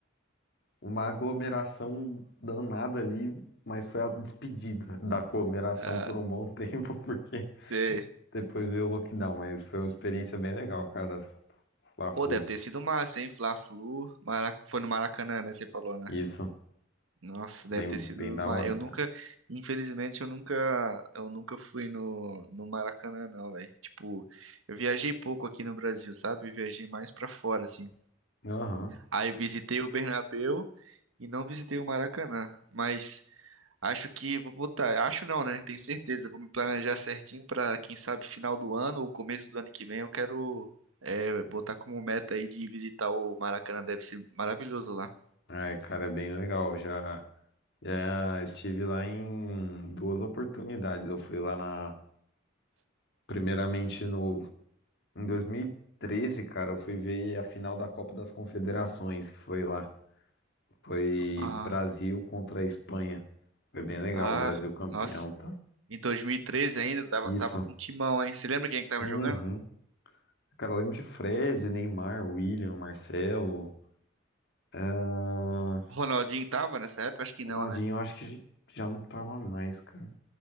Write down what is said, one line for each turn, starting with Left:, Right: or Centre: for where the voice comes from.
Left: uma aglomeração danada ali, mas foi a despedida da aglomeração
Right: Ah,
Left: por um bom <laughs> tempo, porque
Right: sei.
Left: depois veio o lockdown, mas foi uma experiência bem legal, cara, Fla-Flu.
Right: Pô, deve ter sido massa, hein? Fla-Flu. Mara- Foi no Maracanã, né? Você falou, né?
Left: Isso,
Right: Nossa,
Left: bem,
Right: deve ter sido
Left: bem da
Right: uma...
Left: hora,
Right: Eu
Left: cara.
Right: nunca, infelizmente, eu nunca, eu nunca fui no, no Maracanã, não, velho. Tipo, eu viajei pouco aqui no Brasil, sabe? Eu viajei mais pra fora, assim.
Left: Aham.
Right: Aí eu visitei o Bernabéu e não visitei o Maracanã, mas acho que vou botar, acho não, né? Tenho certeza, vou me planejar certinho pra, quem sabe final do ano ou começo do ano que vem, eu quero é, botar como meta aí de visitar o Maracanã, deve ser maravilhoso lá.
Left: Ai, cara, é bem legal. Já Já estive lá em duas oportunidades. Eu fui lá na, primeiramente no, em 2013, cara, eu fui ver a final da Copa das Confederações, que foi lá. Foi
Right: Ah,
Left: Brasil contra a Espanha. Foi bem legal,
Right: ah,
Left: o Brasil campeão,
Right: nossa.
Left: tá?
Right: Em 2013 ainda, tava,
Left: Isso.
Right: tava com o Timão, hein? Você lembra quem é que tava
Left: Uhum.
Right: jogando?
Left: Cara, eu lembro de Fred, Neymar, William, Marcelo. Ah,
Right: Ronaldinho tava nessa época? Acho que
Left: Ronaldinho,
Right: não, né?
Left: eu acho que já não tava mais, cara.